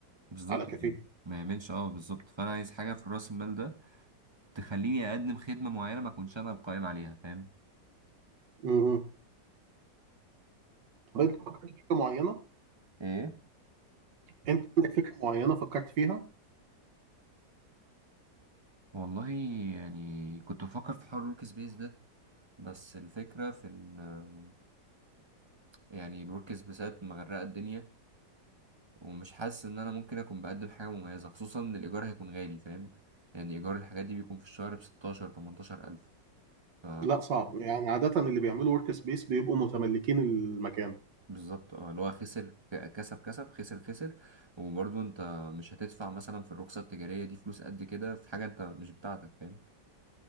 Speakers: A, on the right (about 20°); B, on the right (about 80°).
A: بالظبط
B: على كافيه
A: يعني ما يعملش اه بالظبط فانا عايز حاجه في راس المال ده تخليني اقدم خدمه معينه ما اكونش انا القائم عليها فاهم
B: مهم. طب انت فكرت في فكره معينه
A: ايه
B: انت عندك فكره معينه فكرت فيها
A: والله يعني كنت بفكر في حوار الورك سبيس ده بس الفكره في ان يعني الورك سبيسات مغرقه الدنيا ومش حاسس ان انا ممكن اكون بقدم حاجه مميزه خصوصا ان الايجار هيكون غالي فاهم يعني ايجار الحاجات دي بيكون في الشهر ب 16 18 الف ف
B: لا صعب يعني عاده اللي بيعملوا ورك سبيس بيبقوا متملكين المكان
A: بالظبط اه اللي هو خسر ك- كسب كسب خسر خسر وبرضه انت مش هتدفع مثلا في الرخصه التجاريه دي فلوس قد كده في حاجه انت مش بتاعتك فاهم